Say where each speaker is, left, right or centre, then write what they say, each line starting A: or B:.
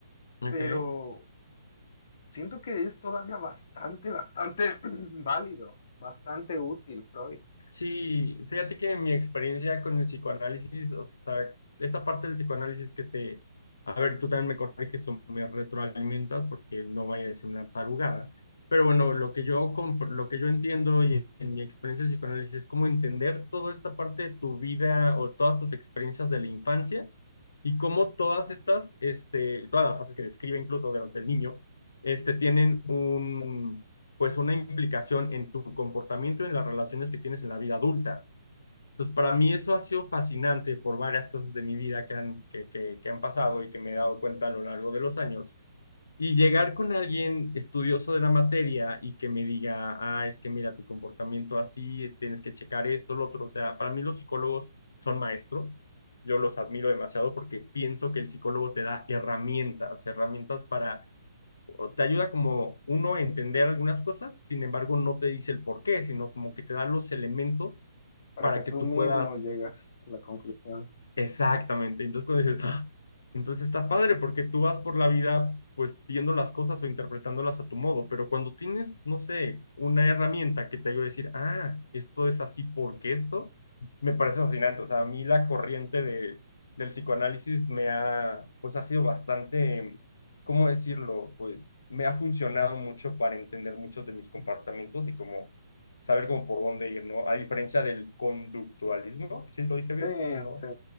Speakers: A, on the left; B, on the left.
A: Ok.
B: pero siento que es todavía bastante, bastante <clears throat> válido, bastante útil, Freud,
A: Sí, fíjate que mi experiencia con el psicoanálisis, o sea, esta parte del psicoanálisis que se, a ver, tú también me corriges o me retroalimentas porque no vaya a ser una tarugada. Pero bueno, lo que yo, compr- lo que yo entiendo y en mi experiencia del psicoanálisis es como entender toda esta parte de tu vida o todas tus experiencias de la infancia y cómo todas estas, este, todas las fases que describe incluso durante el niño, este, tienen un, pues una implicación en tu comportamiento y en las relaciones que tienes en la vida adulta. Entonces, para mí eso ha sido fascinante por varias cosas de mi vida que han, que, que, que han pasado y que me he dado cuenta a lo largo de los años y llegar con alguien estudioso de la materia y que me diga, ah, es que mira tu comportamiento así, tienes que checar esto, lo otro. O sea, para mí los psicólogos son maestros. Yo los admiro demasiado porque pienso que el psicólogo te da herramientas, herramientas para, o te ayuda como uno a entender algunas cosas, sin embargo no te dice el por qué, sino como que te da los elementos
B: para
A: para
B: que tú
A: que tú
B: mismo
A: puedas
B: llegas a la conclusión.
A: Exactamente. Entonces cuando dices, "Ah", entonces está padre porque tú vas por la vida pues viendo las cosas o interpretándolas a tu modo, pero cuando tienes, no sé, una herramienta que te ayude a decir, ah, esto es así porque esto, me parece fascinante. O sea, a mí la corriente de, del psicoanálisis me ha, pues ha sido bastante, ¿cómo decirlo? Pues me ha funcionado mucho para entender muchos de mis comportamientos y como saber cómo por dónde ir, ¿no? A diferencia del conductualismo, ¿sí lo dije bien?
B: Sí,
A: No.
B: sí,